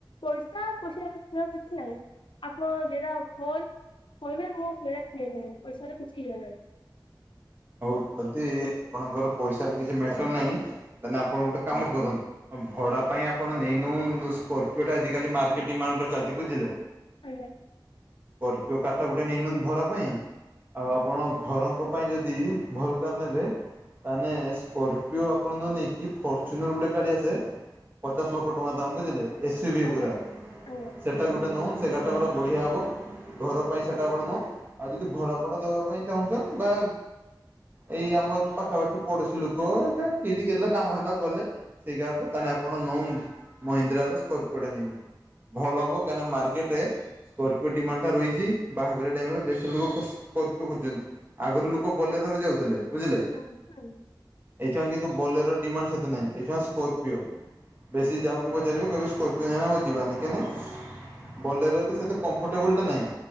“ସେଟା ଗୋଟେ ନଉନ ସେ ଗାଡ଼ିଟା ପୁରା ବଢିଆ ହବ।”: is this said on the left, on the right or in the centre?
Right